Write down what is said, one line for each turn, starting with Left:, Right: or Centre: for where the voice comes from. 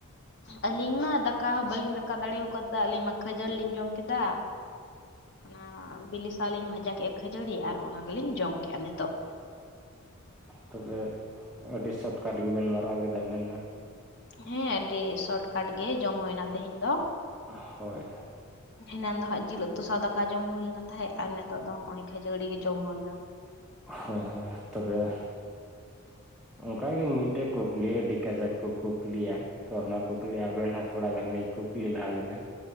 Left: ᱟᱹᱞᱤᱧ ᱢᱟ ᱫᱟᱠᱟ ᱵᱟᱹᱞᱤᱧ ᱫᱟᱠᱟ ᱫᱟᱲᱮᱣᱠᱟᱫᱟ ᱟᱹᱞᱤᱧ ᱢᱟ ᱠᱷᱟᱹᱡᱟᱹᱲᱤ ᱞᱤᱧ ᱡᱚᱢ ᱠᱮᱫᱟ ᱚᱱᱟ ᱵᱤᱞᱤ ᱥᱟᱶ ᱞᱤᱧ ᱵᱷᱟᱡᱟ ᱠᱮᱫᱼᱟ ᱠᱷᱟᱹᱡᱟᱹᱲᱤ ᱟᱨ ᱚᱱᱟ ᱜᱮᱞᱤᱧ ᱡᱚᱢ ᱠᱮᱜᱼᱟ ᱱᱤᱛᱚᱜ
Centre: ᱛᱚᱵᱮ ᱟᱹᱰᱤ ᱥᱚᱴᱠᱟᱴ ᱜᱮᱵᱤᱱ ᱢᱟᱨᱟᱣ ᱠᱮᱫᱟ ᱟᱵᱤᱱ ᱫᱚ
Left: ᱦᱮᱸ ᱟᱹᱰᱤ ᱥᱚᱴᱠᱷᱟᱴ ᱜᱮ ᱡᱚᱢ ᱦᱩᱭᱱᱟ ᱛᱮᱦᱮᱧ ᱫᱚ
Centre: ᱦᱳᱭ
Left: ᱮᱱᱟᱱ ᱫᱚ ᱦᱟᱸᱜ ᱡᱤᱞ ᱩᱛᱩ ᱥᱟᱶ ᱫᱟᱠᱟ ᱡᱚᱢ ᱦᱩᱭᱞᱮᱱᱟ ᱛᱟᱦᱮᱸᱫ ᱟᱨ ᱱᱤᱛᱚᱜ ᱫᱚ ᱱᱚᱜ ᱚᱭ ᱠᱷᱟᱹᱡᱟᱹᱲᱤ ᱜᱮ ᱡᱚᱢ ᱦᱩᱭᱱᱟ
Centre: ᱦᱳᱭ ᱦᱳᱭ ᱛᱚᱵᱮ ᱚᱱᱠᱟ ᱜᱤ ᱢᱤᱫᱴᱮᱱ ᱠᱩᱠᱞᱤ ᱟᱹᱰᱤ ᱠᱟᱡᱟᱠ ᱠᱚ ᱠᱩᱠᱞᱤᱭᱟ ᱛᱚ ᱚᱱᱟ ᱠᱩᱠᱞᱤ ᱟᱵᱮᱱ ᱦᱚᱸ ᱛᱷᱚᱲᱟ ᱜᱟᱱ ᱞᱤᱧ ᱠᱩᱠᱞᱤ ᱞᱟᱦᱟᱵᱮᱱᱟ